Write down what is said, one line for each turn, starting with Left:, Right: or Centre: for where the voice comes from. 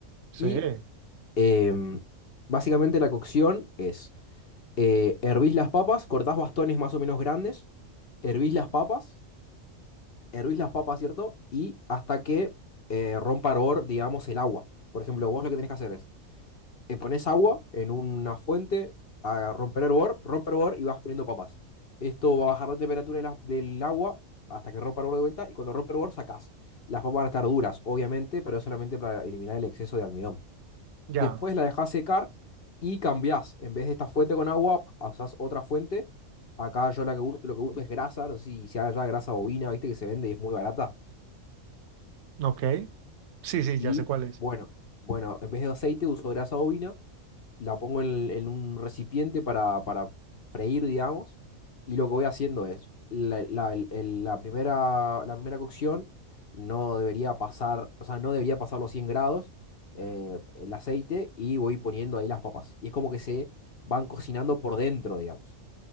Right: Sí,
Left: Y em, básicamente la cocción es, eh, hervís las papas, cortás bastones más o menos grandes, hervís las papas, hervís las papas, ¿cierto? Y hasta que eh, rompa hervor, digamos, el agua. Por ejemplo, vos lo que tenés que hacer es eh, pones agua en una fuente a romper hervor, rompe hervor y vas poniendo papas. Esto va a bajar la temperatura de la- del agua hasta que rompa hervor de vuelta y cuando rompe hervor sacás. Las papas van a estar duras, obviamente, pero es solamente para eliminar el exceso de almidón.
Right: ya,
Left: Después la dejás secar y cambiás. En vez de esta fuente con agua, usás otra fuente. Acá yo la que uso, lo que uso es grasa, no sé si, si haya grasa bovina, viste que se vende y es muy barata.
Right: ok. Sí, sí,
Left: Y
Right: ya sé cuál es.
Left: bueno, bueno, en vez de aceite uso grasa bovina la pongo en, en un recipiente para, para freír, digamos, y lo que voy haciendo es, la, la- el- el- la primera, la primera cocción no debería pasar, o sea, no debería pasar los 100 grados eh, el aceite y voy poniendo ahí las papas. Y es como que se van cocinando por dentro, digamos